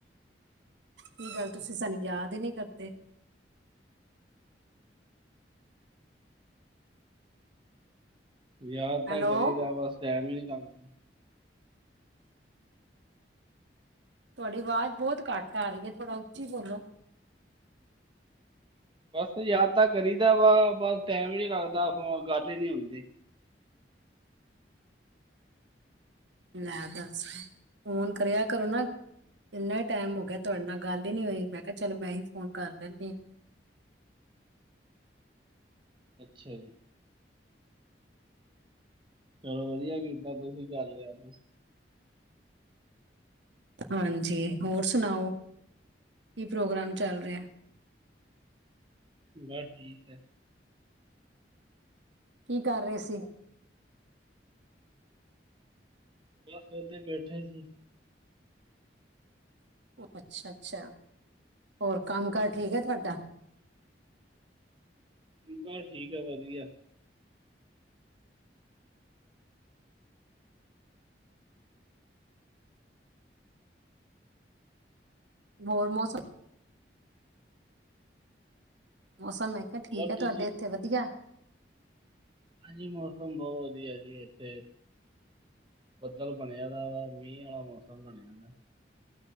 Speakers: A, on the right (about 85°); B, on the right (about 25°).
A: ਕੀ ਗੱਲ ਤੁਸੀਂ ਸਾਨੂੰ ਯਾਦ ਈ ਨੀ ਕਰਦੇ।
B: ਯਾਦ ਤਾਂ
A: ਹੈਲੋ,
B: ਕਰੀ ਦਾ, ਬਸ ਟੈਂਮ ਈ ਨੀ ਲੱਗਦਾ।
A: ਤੁਹਾਡੀ ਆਵਾਜ਼ ਬਹੁਤ ਘੱਟ ਆ ਰਹੀ ਐ। ਥੋੜਾ ਉੱਚੀ ਬੋਲੋ।
B: ਬਸ ਯਾਦ ਤਾਂ ਕਰੀ ਦਾ ਵਾ। ਬਸ ਟੈਂਮ ਈ ਨੀ ਲੱਗਦਾ। ਫੋ ਗੱਲ ਈ ਨੀ ਹੁੰਦੀ।
A: ਲੈ ਦੱਸ। ਫ਼ੋਨ ਕਰਿਆ ਕਰੋ ਨਾ ਇੰਨੇ ਟੈਂਮ ਹੋ ਗਿਆ, ਤੁਹਾਡੇ ਨਾਲ ਗੱਲ ਈ ਨੀ ਹੋਈ। ਮੈਂ ਕਿਹਾ ਚਲ, ਮੈਂ ਹੀ ਫ਼ੋਨ ਕਰ ਦੇਨੀ ਆ।
B: ਅੱਛਾ ਜੀ। ਚਲੋ ਵਧੀਆ ਕੀਤਾ, ਤੁਸੀਂ ਕਰ ਲਿਆ ਤਾਂ।
A: ਹਾਂਜੀ, ਹੋਰ ਸੁਣਾਓ? ਕੀ ਪ੍ਰੋਗਰਾਮ ਚੱਲ ਰਿਹਾ।
B: ਬਸ ਠੀਕ ਐ।
A: ਕੀ ਕਰ ਰਹੇ ਸੀ?
B: ਬਸ ਓਦਾਂ ਈ ਬੈਠਾ ਈ ਸੀ।
A: ਅੱਛਾ-ਅੱਛਾ। ਹੋਰ ਕੰਮ-ਕਾਰ ਠੀਕ ਐ ਤੁਵਾਡਾ?
B: ਕਮ ਮੈਹਾ ਠੀਕ ਐ, ਵਧੀਆ।
A: ਹੋਰ ਮੌਸਮ ਮੌਸਮ, ਮੈਂ ਕਿਹਾ ਠੀਕ
B: ਹੋਰ
A: ਆ।
B: ਤੁਸੀਂ
A: ਤੁਹਾਡੇ ਇੱਥੇ ਵਧੀਆ?
B: ਹਾਂਜੀ, ਮੌਸਮ ਬਹੁਤ ਵਧੀਆ ਜੀ ਇੱਥੇ। ਬੱਦਲ ਬਣਿਆ ਦਾ ਵਾ। ਮੀਂਹ ਆਲਾ ਮੌਸਮ ਬਣਿਆ ਦਾ।